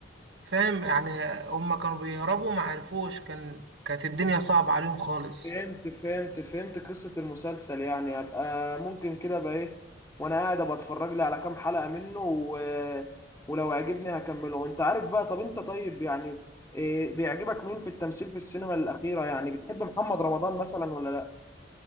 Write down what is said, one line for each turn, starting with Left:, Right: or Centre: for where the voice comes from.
Right: فاهم يعني هما كانوا بيهربوا ما عرفوش كان كانت الدنيا صعبة عليهم خالص
Left: فهمت فهمت فهمت قصة المسلسل يعني ابقى ممكن كده بقى ايه وانا قاعد ابقى اتفرج لي على كام حلقة منه و... ولو عجبني هكمله وانت عارف بقى طب انت طيب يعني إيه بيعجبك مين في التمثيل في السينما الأخيرة يعني بتحب محمد رمضان مثلا ولا لا